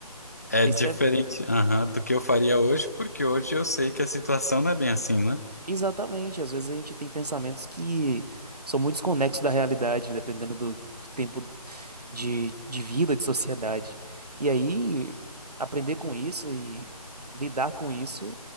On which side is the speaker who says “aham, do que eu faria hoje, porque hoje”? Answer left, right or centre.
Left